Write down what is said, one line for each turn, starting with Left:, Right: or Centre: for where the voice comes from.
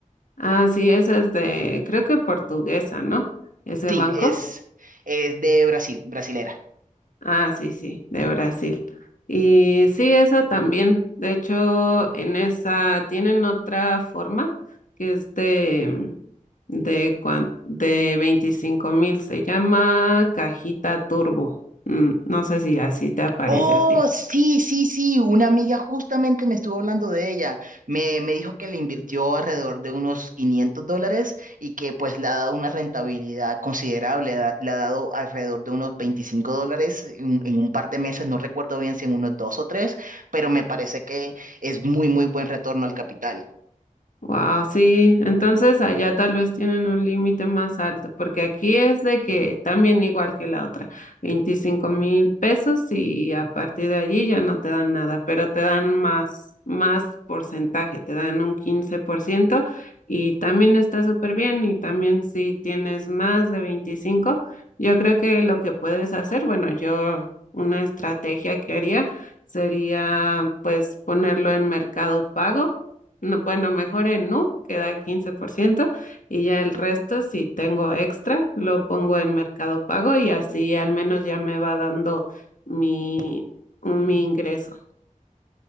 Left: Ah, sí, esa es de, creo que portuguesa, ¿no? Ese
Right: Sí,
Left: banco.
Right: es, es de Brasil, brasilera.
Left: Ah, sí, sí, de Brasil. Y sí, esa también. De hecho, en esa tienen otra forma que es de, de, cuan- de veinticinco mil. Se llama cajita turbo. Mm, No sé si así te aparece
Right: Oh,
Left: a ti.
Right: sí, sí, sí, una amiga justamente me estuvo hablando de ella. Me, me dijo que le invirtió alrededor de unos 500 dólares y que pues le ha dado una rentabilidad considerable, da- le ha dado alrededor de unos 25 dólares en, en un par de meses, no recuerdo bien si en unos dos o tres, pero me parece que es muy, muy buen retorno al capital.
Left: Wow, sí, entonces allá tal vez tienen un límite más alto, porque aquí es de que también igual que la otra, veinticinco mil pesos y a partir de allí ya no te dan nada, pero te dan más, más porcentaje, te dan un 15% y también está súper bien y también si tienes más de 25, yo creo que lo que puedes hacer, bueno, yo una estrategia que haría sería pues ponerlo en Mercado Pago no, bueno, mejor en Nu, que da el 15% y ya el resto, si tengo extra, lo pongo en Mercado Pago y así al menos ya me va dando mi, mi ingreso.